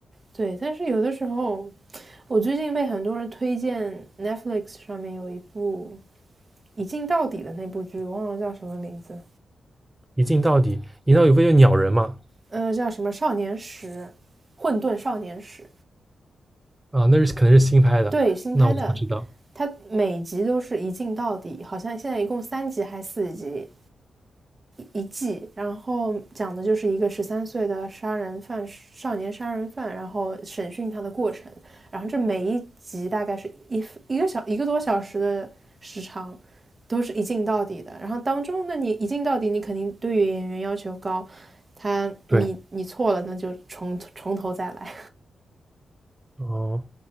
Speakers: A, on the right; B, on the right.
A: 对，但是有的时候，我最近被很多人推荐 Netflix 上面有一部一镜到底的那部剧，忘了叫什么名字，
B: 一镜到底，一镜到底不就鸟人嘛？
A: 呃，叫什么《少年时》，《混沌少年时》，
B: 啊，那是可能是新拍的，
A: 对，新拍的，
B: 那我不知道。
A: 它每集都是一镜到底，好像现在一共三集还是四集，一季，然后讲的就是一个十三岁的杀人犯，少年杀人犯，然后审讯他的过程。然后这每一集大概是一一个小一个多小时的时长，都是一镜到底的。然后当中，那你一镜到底，你肯定对于演员要求高，他你你错了，
B: 对，
A: 那就从从头再来。
B: 哦，